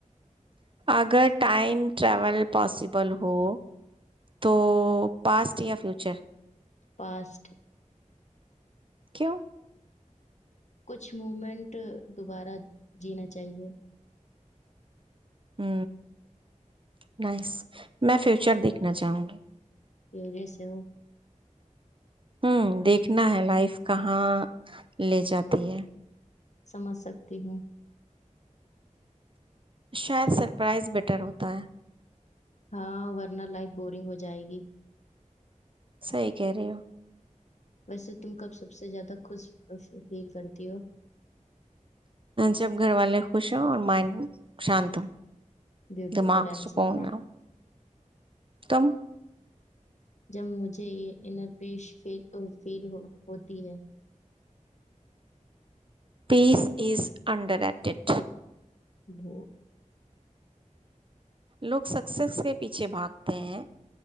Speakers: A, on the right; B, on the left.
A: اگر ٹائم ٹریول پاسبل ہو تو پاسٹ یا فیوچر
B: پاسٹ
A: کیوں
B: کچھ مومنٹ دوبارہ جینا چاہیے
A: ہ نس میں فیوچر دیکھنا چاہوں گی
B: کہ کہس وہ
A: ہوں دیکھنا ہے لائف کہاں لے جاتی ہے
B: سمجھ سکتی ہوں
A: شاید سرپرائز بیٹر ہوتا ہے
B: ہاں ورنہ لائف بورنگ ہو جائے گی
A: صحی کہہ رہے ہو
B: ویسے تم کب سب سے زیادہ خوش فیل کرتی ہو
A: جب گھر والے خوش ہ اور مائنڈ شانت ہو
B: بیوٹیفل
A: دماغ
B: آنسر
A: سکون نہ تم
B: جب مجھے یہ انرپیش فیل ہوتی ہے
A: پیس ایز انڈر ایٹیڈ
B: بہت
A: لوگ سکسیس کے پیچھے بھاگتے ہیں